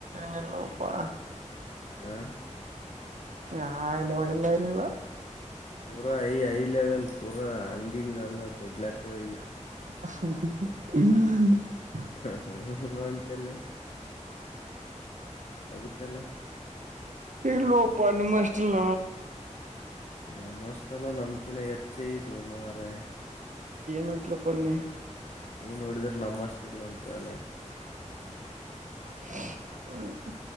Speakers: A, on the right (about 80°); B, on the left (about 65°).
A: ನಲ್ಲಪ್ಪ
B: ಹಾ
A: ಆ ಇಲ್ಲ ಒ ಎಲ್ಲ ಅನಲ್ಲ
B: ಪೂರಾ ಹೈ ಲೆವೆಲ್ ಪೂರಾ ಹಂಗಿಂಗ ಎಲ್ಲ ದೊಡ್ ಲೆಕ್ಕದ
A: ಹ ಹ
B: ಹ ಹ ಮಾಂತೆಲ್ಲ ನಗತ್ತಲ್ಲ
A: ಇಲ್ಲೋ ಯಪ್ಪಾ ನಿಮಸ್ಸ್ಟ್ ಇಲ್ಲ
B: ನಮ್ಮಷ್ಟೆಲ್ಲ ನಮಕಿನ ಹೆಚ್ಚ ಇದು ಮಾರೆ
A: ಮಟ್ಲು ಕೊನ್ನ
B: ನೀಏನ್ ನೋಡಿದ್ರೆ ನಮ್ಮ ಅಷ್ಟ ಇಲ್ಲ ಅಂತ ಹೇಳೈ್ತ
A: ಹ್ಮ <unintelligible>